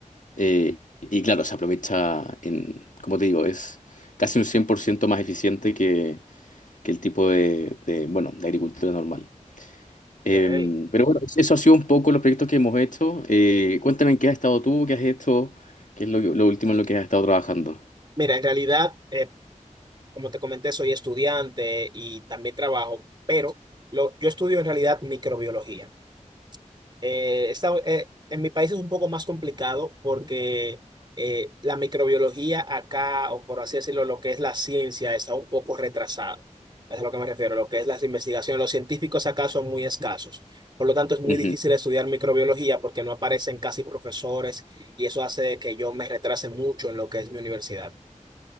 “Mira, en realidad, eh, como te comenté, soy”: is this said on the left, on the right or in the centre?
Right